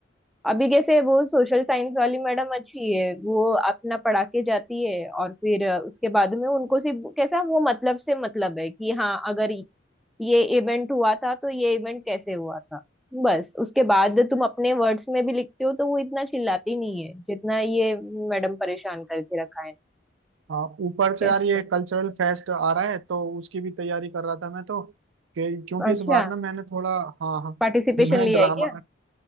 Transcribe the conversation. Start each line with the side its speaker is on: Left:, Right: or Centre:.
Centre: अभी कैसे वो सोशल साइंस वाली मैडम अच्छी है वो अपना पढ़ा के जाती है और फिर उसके बाद में उनको सिर्फ कैसा वो मतलब से मतलब है कि हाँ अगर ये इवेंट हुआ था तो ये इवेंट कैसे हुआ था बस उसके बाद तुम अपने वर्ड्स में भी लिखते हो तो वो इतना चिल्लाती नहीं है जितना ये मैडम परेशान करके रखा है
Right: हाँ ऊपर से
Centre: कैसे
Right: यार ये
Centre: करें
Right: कल्चरल फेस्ट आ रहा है तो उसकी भी तैयारी कर रहा था मैं तो कि, क्योंकि
Centre: अच्छा
Right: इस बार ना मैंने थोड़ा हाँ हाँ
Centre: पार्टिसिपेशन
Right: मैं
Centre: लिया
Right: ड्रामा
Centre: है क्या